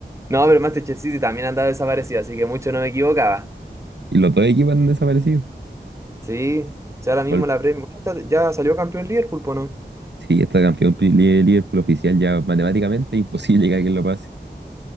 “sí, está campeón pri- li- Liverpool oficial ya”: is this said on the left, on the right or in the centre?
Right